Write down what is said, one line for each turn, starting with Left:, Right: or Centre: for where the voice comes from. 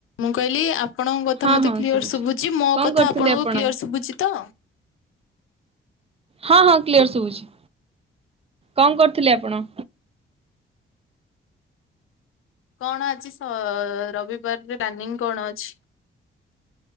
Left: ମୁଁ କହିଲି ଆପ୍ ଆପଣଙ୍କ କଥା
Right: ହଁ
Left: ମତେ
Right: ହଁ
Left: କ୍ଲିୟର ଶୁଭୁଛି, ମୋ
Right: କଣ
Left: କଥା
Right: କରୁଥିଲେ
Left: ଆପଣଙ୍କୁ
Right: ଆପଣ?
Left: କ୍ଲିୟର ଶୁଭୁଛି ତ?
Right: ହଁ ହଁ କ୍ଲିୟର ଶୁଭୁଛି, କଣ କରୁଥିଲେ ଆପଣ?
Left: କଣ ଆଜି ଶ, ରବିବାରରେ ପ୍ଲାନିଂ କଣ ଅଛି?